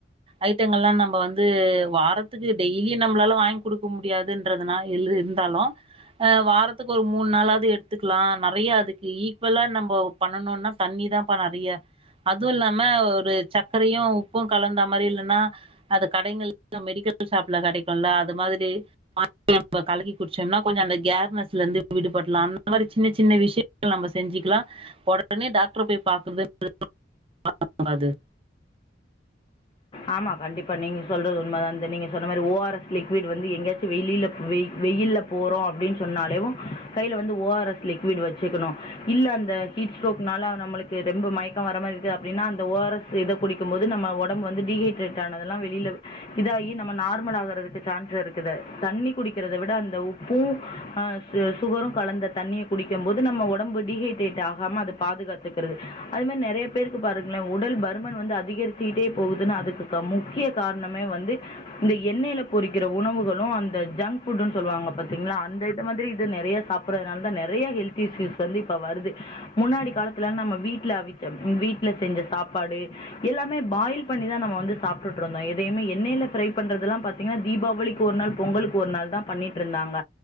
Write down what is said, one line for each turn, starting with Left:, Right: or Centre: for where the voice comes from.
Right: ஐட்டங்கள் எல்லாம் நம்ம வந்து வாரத்துக்கு டெய்லியி நம்மளால வாங்கி குடுக்க முடியாதுன்றதுனா இருந்தாலும் அஹ் வாரத்துக்கு ஒரு மூணு நாளாவது எடுத்துக்கலாம் நிறைய அதுக்கு ஈக்குவலா நம்ம பண்ணணும்னா தண்ணிதான் <unintelligible> அதுவு இல்லாம ஒரு சக்கரையு உப்பும் கலந்த மாரி இல்லன்னா அது கடைங்கள்ல மெடிக்கல் ஷாப்ல கெடைக்கும்ல அது மாதிரி <inaudible> கலக்கி குடிச்சோம்னா கொஞ்ச அந்த கேர்னெஸ்ல இருந்து விடுபடலா இந்த மாரி சின்ன சின்ன விஷயங்கள் நம்ம செஞ்சுக்கலா உடனே டாக்டர போய் பாக்கறது <inaudible> <inaudible> அது
Left: ஆமா கண்டிப்பா நீங்க சொல்றது உண்மை தான் அந்த நீங்க சொன்ன மாதிரி ஓஆர் எஸ் லிக்விட் வந்து எங்கயாச்ச வெளியிலய் வெயிலல போறோம் அப்படின்னு சொன்னாலேும் கையில வந்து ஓஆர்எஸ் லிக்விட் வச்சுக்கணும் இல்ல அந்த ஹீட் ஸ்டரோக் னால நம்மளுக்கு ரொம்ப மயக்கம் வர மாரி இருக்கு அப்டினா அந்த ஓ ஆர் எஸ் இத குடிக்கும் போது நம்ம ஒடம் அப்ப வந்து டீஹைட்ரேட் ஆனதெல்லா வெளில இதாயி நம்ம நார்மல் ஆகறதுக்கு சான்ஸ் இருக்குது தண்ணி குடிக்கறத விட அந்த உப்பும் ஆ சு சுகரும் கலந்த தண்ணிய குடிக்கும் போது நம்ம ஒடம்பு டீஹைட்ரேட் ஆகாம அது பாதுகாத்துக்கிறது அது மாரி நெறைய பேருக்கு பாருங்களே உடல் பருமன் வந்து அதிகரிச்சுக்கிட்டே போகுதுன்னு அதுக்கு முக்கிய காரணமே வந்து இந்த எண்ணெயில பொரிக்கிற உணவுகளும் அந்த ஜங்க் ஃபுடன்னு சொல்லுவாங்க பாத்தீங்களா அந்த இத மாதிரி இது நிறைய சாப்பிடுறதுனால தான் நிறைய ஹெல்த் இஸ்யூஸ் வந்து இப்ப வருது முன்னாடி காலத்துல நம்ம வீட்டுல அவிச்ச வீடல செஞ்ச சாப்பாடு எல்லாமே பாயில் <unintelligible> பண்ணிதா நம்ம வந்து சாப்ட்டுட்ருந்தோ எதையுமே எண்ணையில ஃரை பண்றது எல்லாம் பாத்தீங்கன்னா தீபாவளிக்கு ஒரு நாள் பொங்கலுக்கு ஒரு நாள்தா பண்ணிட்ருந்தாங்க